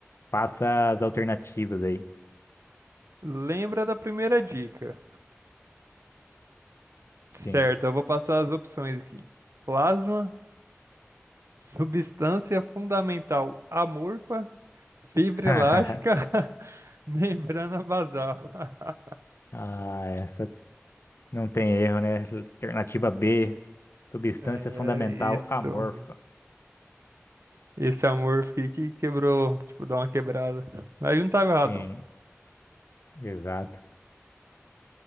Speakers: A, on the left; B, on the right.
A: passa as alternativas aí.
B: Lembra da primeira dica?
A: Sim.
B: Certo, eu vou passar as opções aqui. Plasma, substância fundamental amorfa, fibra
A: <laughs>
B: elástica, <laughs> membrana basal. <laughs>
A: Ah, essa não tem erro, né? Alternativa B, substância
B: É
A: fundamental
B: isso.
A: amorfa.
B: Esse amor fiquei que quebrou, tipo, dá uma quebrada. Mas não tava errado,
A: Sim,
B: não.
A: exato.